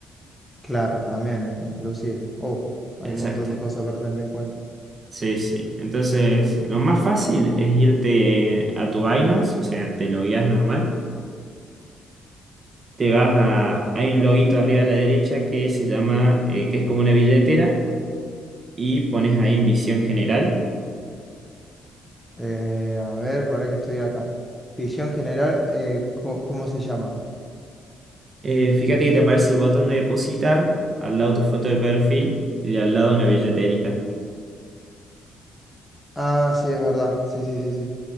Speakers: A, in the centre; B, on the right.
A: Claro, también, eh, inclusive. Oh, hay
B: Exacto.
A: un montón de cosas para tener en cuenta.
B: Sí, sí. Entonces, lo más fácil es irte a tu Binance, o sea, te logueas normal. Te vas a. Hay un loguito arriba a la derecha que se llama, eh, que es como una billetera, y pones ahí en visión general.
A: Eh, a ver, para que estoy acá. Ficción general, eh, co- ¿cómo se llama?
B: Eh, fíjate que te aparece el botón de depositar, al lado tu foto de perfil y al lado una billeterita.
A: Ah, sí, es verdad. Sí, sí, sí, sí.